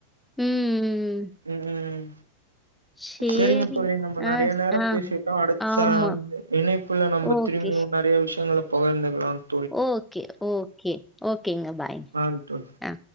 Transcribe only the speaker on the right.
ம் ம்
சரிங்க தோழி நம்ம
நிறைய
நேரம்
பேசிட்டோம் அடுத்த
இணைப்புல நம்ம
திரும்பி ஓ நெறைய விஷயங்கள பகிர்ந்துக்கலாம்
ஆ தோழி